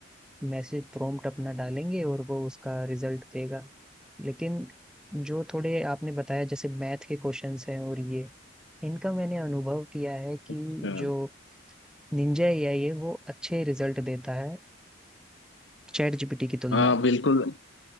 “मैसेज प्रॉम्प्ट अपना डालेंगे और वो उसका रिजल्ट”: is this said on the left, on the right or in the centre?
Centre